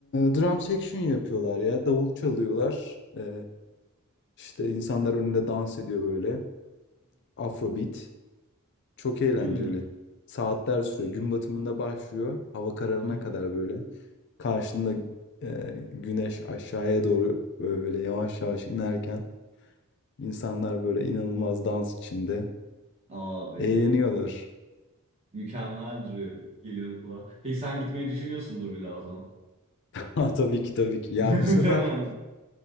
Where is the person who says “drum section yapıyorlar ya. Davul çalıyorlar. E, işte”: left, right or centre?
Left